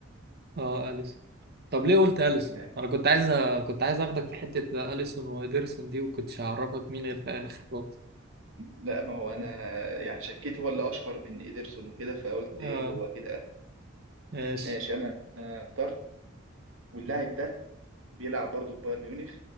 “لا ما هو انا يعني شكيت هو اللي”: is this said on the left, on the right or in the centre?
Right